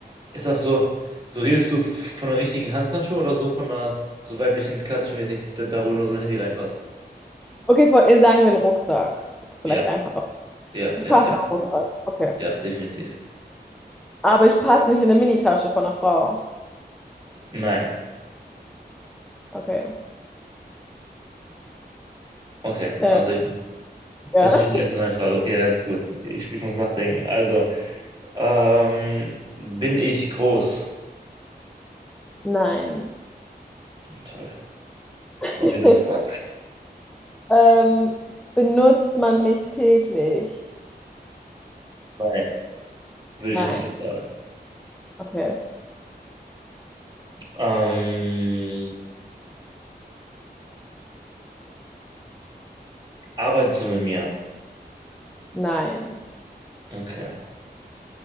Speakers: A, on the right (about 25°); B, in the centre.
A: Ist das so, so redest du von der richtigen Handtasche oder so von einer so weiblichen Klatschmäßig, da, da wo nur so ein Handy reinpasst?
B: Okay, vor, eh, sagen wir einen Rucksack. Vielleicht
A: Ja,
B: einfacher.
A: ja,
B: Ich
A: ja,
B: passe
A: ja,
B: in einen Rucksack. Okay.
A: ja, definitiv.
B: Aber ich passe nicht in eine Minitasche von einer Frau.
A: Nein.
B: Okay.
A: Okay,
B: Äh,
A: also ich,
B: ja.
A: das war schon die erste Nein-Frage. Okay, alles gut. Ich, ich muss nachdenken. Also, ähm, bin ich groß?
B: <laughs> Nein.
A: Toll.
B: <laughs>
A: Okay, du bist dran.
B: Ähm, benutzt man mich täglich?
A: Nein, würde
B: Nein.
A: ich jetzt nicht sagen.
B: Okay.
A: Ähm, arbeitest du mit mir?
B: Nein.
A: Okay.